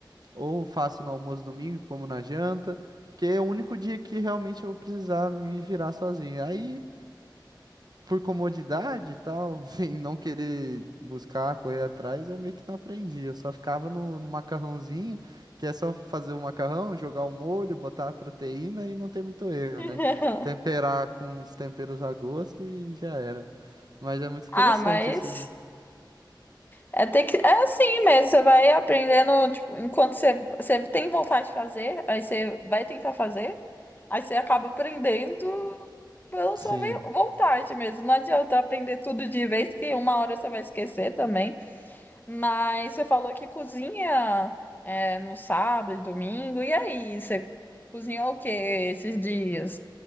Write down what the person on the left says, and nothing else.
<laughs>
Ah, mas
é, ter que, é assim mesmo. Você vai aprendendo, tipo, enquanto você, você tem vontade de fazer, aí você vai tentar fazer, aí você acaba aprendendo pela sua
ve- vontade mesmo. Não adianta aprender tudo de vez, que uma hora você vai esquecer também. Mas você falou que cozinha é, no sábado e domingo. E aí, você cozinhou o que esses dias?